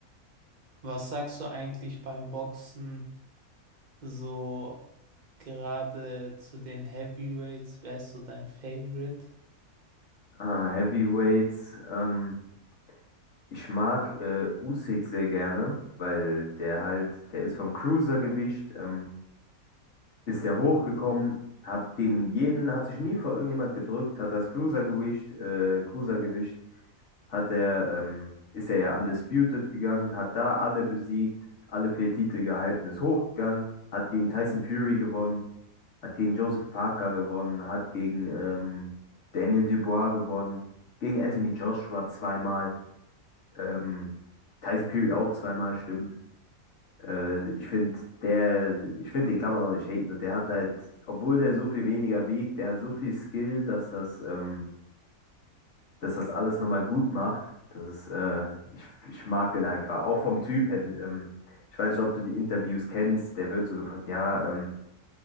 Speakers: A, on the right; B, on the left.
A: Was sagst du eigentlich beim Boxen so gerade zu den Heavyweights? Wer ist so dein Favorite?
B: Ah, Heavyweights, ähm, ich mag äh, Usyk sehr gerne, weil der halt, der ist vom Cruisergewicht, ähm, ist der hochgekommen, hat gegen jeden, hat sich nie vor irgendjemand gedrückt, hat das Cruisergewicht, äh, Cruisergewicht hat er, ähm, ist er ja undisputed gegangen, hat da alle besiegt, alle vier Titel gehalten, ist hochgegangen, hat gegen Tyson Fury gewonnen, hat gegen Joseph Parker gewonnen, hat gegen ähm, Daniel Dubois gewonnen, gegen Anthony Joshua zweimal, ähm, Tyson Fury auch zweimal, stimmt. Äh, ich finde, der, ich finde, den kann man auch nicht haten. Und der hat halt, obwohl der so viel weniger wiegt, der hat so viel Skill, dass das, ähm, dass das alles nochmal gut macht. Das ist, äh, ich, ich mag den einfach. Auch vom Typ hätte, ähm, ich weiß nicht, ob du die Interviews kennst, der wird so gefragt, ja, ähm,